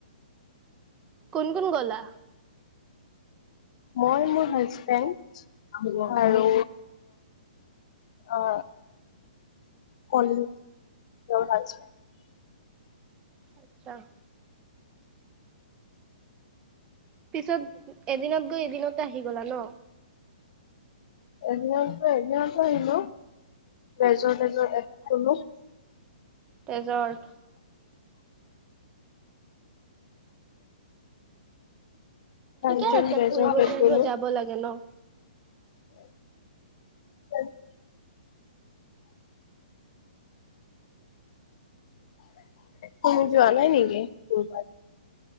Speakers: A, on the right; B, on the left.
A: কোন কোন গ'লা?
B: মই, মোৰ হাজবেণ্ড আৰু অ ল ভছিল
A: আচ্ছা পিছত এদিনত গৈ এদিনতে আহি গলা ন
B: এ এিয়ো আহিলো লজৰ তেজৰ এো উজ
A: তেজত
B: কাঞ্চন
A: িকে আছে
B: লেজৰটোত
A: ফুৰিব চুৰিব
B: গলো
A: যাব লাগে ন
B: <unintelligible> তমি যোৱা নাই নেকি কবাত